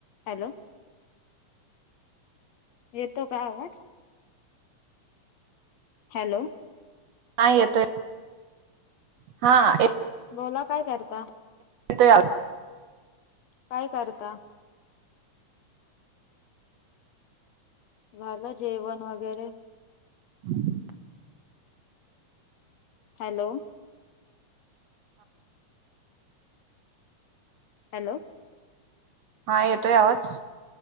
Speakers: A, on the left; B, on the right.
A: Hello येतोय का आवाज? हॅलो
B: हा येतोय हां
A: बोला काय करता?
B: तया
A: काय करता? झालं जेवण वगैरे.
B: <inaudible>
A: हॅलो हॅलो
B: हा येतोय आवाज?